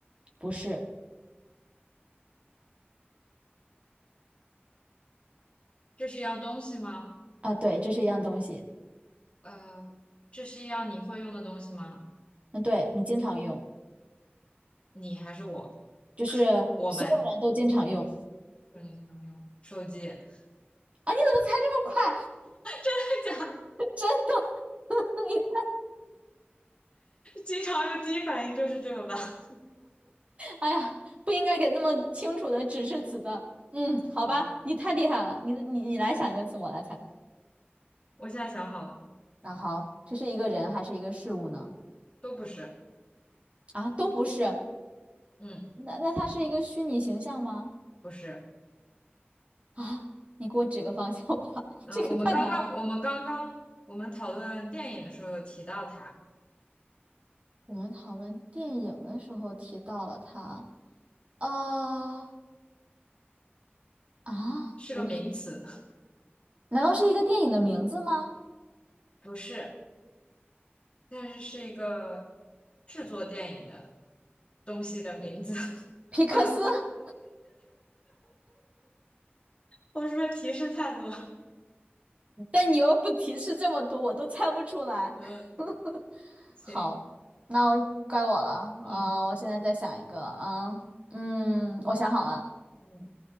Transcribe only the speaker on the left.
这是一样东西吗？
呃，这是一样你会用的东西吗？
你还是我？
我们？我们经常用手机，<laughs> 真的
假的
经常用第一反应就是这个吧？
好，
我现在想好了，
都不是，
嗯，
不是，
嗯、
我们刚刚，我们刚刚，我们讨论电影的时候有提到它，
是个名词，
<laughs> 不是。但是是一个制作电影的东西的名字。<laughs>
嗯啊，
我是不是提示太多？
嗯，
行，
嗯
嗯，